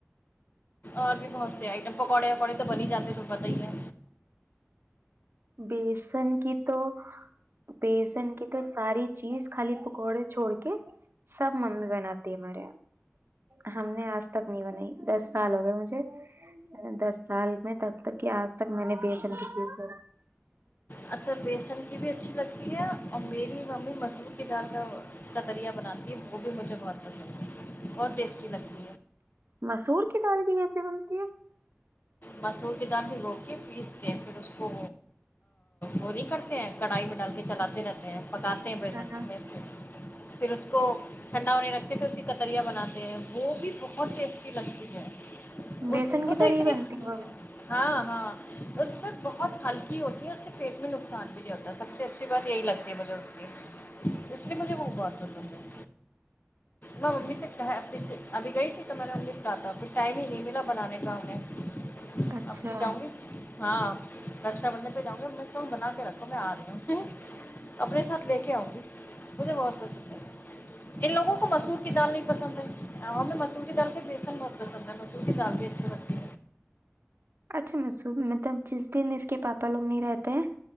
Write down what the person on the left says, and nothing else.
اور بھی بہت سے آئٹم پکوڑے وکوڑے تو بن ہی جاتے تو پت ہی ہے
اکثر بیسن کی بھی اچھی لگتی ہے اور میری ممی مسور کی دال کا کتریا بناتی ہے وہ بھی مجھے بہت پسند ہے اور ٹیسٹی لگتی ہے
مسور کے دال بھی دھوکے پیسکے پھر اس کو گوری کر کڑائی میں ڈال کے چلاتے رہتے ہیں پکاتے ہیں
بیسن میں سے پھر اس کو ٹھنڈا ہونے رکھتے پھر اس کی کتریاں بناتے ہیں وہ بھی بہت ٹیسٹی لگتی ہے
اس وہ
تو
اتنی
ہاں ہاں اس پ بہت ہلکی ہوتی ہے اس سے پیٹ میں نقصان بھی تا سب سے اچھی بات یہی لگتی ہے مجھے اس کی اس لیے مجھے وہ بہت پسند ہے میں ممی سے کہ سے ابھی گئی تھی تو میں نے امی سے کہا تھا کہ ابھی ٹائم ہی نہیں ملا بنانے کا انہیں
آب کی جاؤ گی ہاں رکشا بندھن پے جاؤں گی تو بنا کے رکھو میں آ رہی ہوں اپنے ساتھ لے کے آؤں گی مجھے بہت پسند ہے ان لوگوں کو مسور کی دال نہیں پسند ہے ہم نے مسور کی دال پے بیسن بہت پسند ہے مسور کی دال بھی اچھی لگ تی ہے